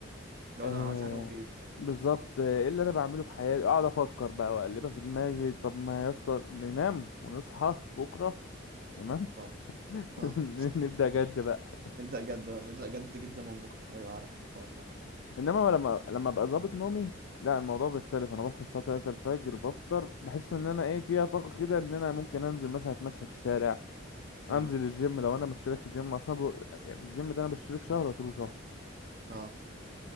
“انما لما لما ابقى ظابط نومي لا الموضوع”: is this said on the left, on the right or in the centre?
Left